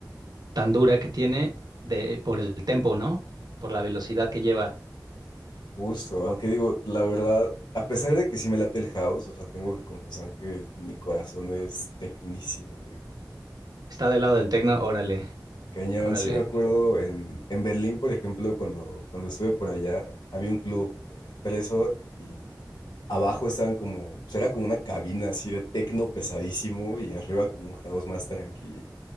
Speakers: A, on the right; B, on the left.
A: tan dura que tiene de, por el tempo, ¿no? Por la velocidad que lleva.
B: Justo, aunque digo, la verdad, a pesar de que sí me late el house, o sea, tengo que confesar que mi corazón es tecnísimo, güey.
A: Está del lado del tecno, órale,
B: Cañón,
A: órale.
B: sí me acuerdo en, en Berlín, por ejemplo, cuando, cuando estuve por allá, había un club, eh, Telesor, y abajo estaban como, pues era como una cabina así de tecno pesadísimo y arriba como un house más tranquilo.